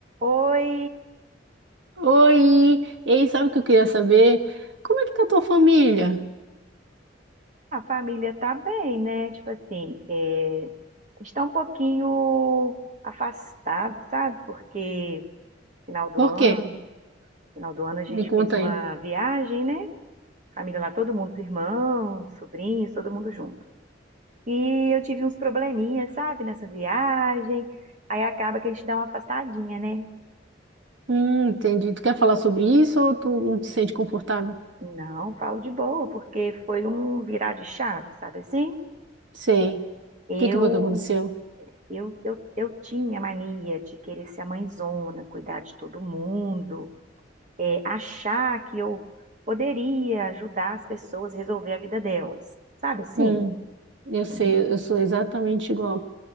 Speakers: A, on the right; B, on the right.
A: Oi,
B: Oi! Ei, sabe o que eu queria saber? Como é que tá a tua família?
A: a família tá bem, né? Tipo assim, é, está um pouquinho afastado, sabe? Porque final do
B: Por
A: ano,
B: quê?
A: final do ano a gente
B: Me conta
A: fez uma
B: aí.
A: viagem, né? Família lá, todo mundo, os irmãos, sobrinhos, todo mundo junto. E eu tive uns probleminhas, sabe, nessa viagem. Aí acaba que a gente dá uma afastadinha, né?
B: Hum, entendi. Tu quer falar sobre isso ou tu não te sente confortável?
A: Não, falo de boa, porque foi um virar de chave, sabe assim?
B: Sei. O
A: Eu
B: que que foi que aconteceu?
A: Eu, eu, eu tinha mania de querer ser a mãezona, cuidar de todo mundo, é, achar que eu poderia ajudar as pessoas a resolver a vida delas. Sabe assim?
B: Hum, eu sei,
A: <laughs>
B: eu sou exatamente igual.